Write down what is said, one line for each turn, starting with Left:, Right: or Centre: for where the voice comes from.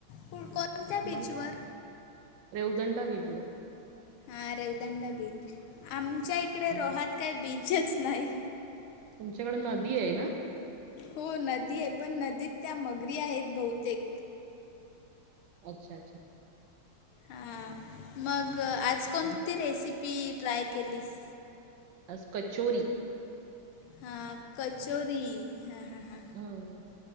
Left: कुड कोणत्या बीचवर?
Right: मग रेवदंडा बिचवर.
Left: हा रेवदंडा बीच आमच्या इकडे
Right: अ
Left: रोहात काही बीचच नाही.
Right: तुमच्याकडं नदी आहे ना.
Left: हो नदी आहे पण नदीत त्या मगरी आहेत बहुतेक.
Right: अच्छा अच्छा.
Left: हा मग आज कोणती
Right: हं,
Left: रेसिपी ट्राय केलीस?
Right: आज कचोरी.
Left: हा कचोरी हा हा हा.
Right: हम्म.